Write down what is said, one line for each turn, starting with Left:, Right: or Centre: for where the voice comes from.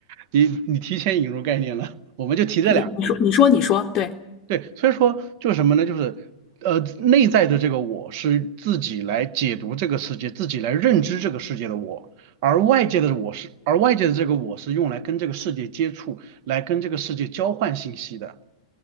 Right: 你你提前引入概念了，我们就提这两个嘛。
Left: 你你说你说你说，对。
Right: 对，所以说就是什么呢？就是呃，内在的这个我是自己来解读这个世界，自己来认知这个世界的我，而外界的我是，而外界的这个我是用来跟这个世界接触，来跟这个世界交换信息的。